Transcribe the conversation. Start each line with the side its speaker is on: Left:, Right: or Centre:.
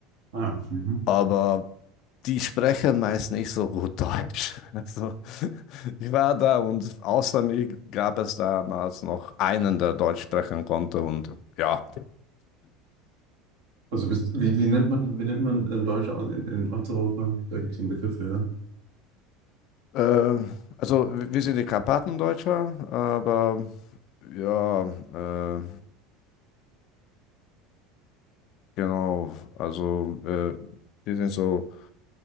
Right: Ah, mhm.
Left: Aber die sprechen meist nicht so gut Deutsch. <laughs> Also, ich war da und außer mir gab es damals noch einen, der Deutsch sprechen konnte. Und ja,
Right: Also bist, wie, wie nennt man, wie nennt man in Deutsch in, in Osteuropa? Da gibt es einen Begriff für, ne?
Left: ähm, also wir sind die Karpaten Deutscher, aber ja, äh, genau, also äh, wir sind so